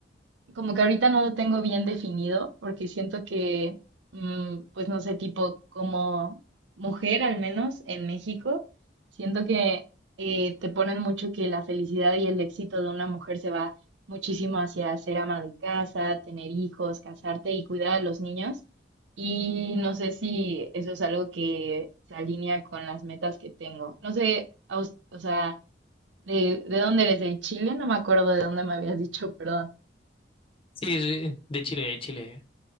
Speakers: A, on the right; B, on the left.
A: como que ahorita no lo tengo bien definido porque siento que, mm, pues no sé, tipo como mujer al menos en México, siento que eh, te ponen mucho que la felicidad y el éxito de una mujer se va muchísimo hacia ser ama de casa, tener hijos, casarte y cuidar a los niños. Y no sé si eso es algo que se alinea con las metas que tengo. No sé, a us- o sea, de, de dónde eres, de Chile, no me acuerdo de dónde me habías dicho, perdón.
B: Sí, soy de Chile, de Chile.